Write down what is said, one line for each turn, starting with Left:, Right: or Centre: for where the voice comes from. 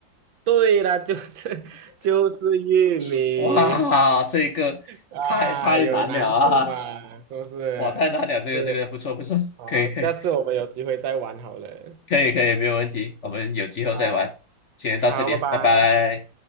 Right: 对了，就是 <laughs> 就是玉米
Left: <laughs> 哇，这个太太难了啊！
Right: 啊，有难度吧？是不是？
Left: 哇，太难了，这个这个不错不错，
Right: 是，好，
Left: 可以可以
Right: 下次我们有机会再玩好了。
Left: 可以可以，没有问题，我们有机会再玩，
Right: 好，
Left: 先到这里啊，
Right: 好，拜拜。
Left: 拜拜。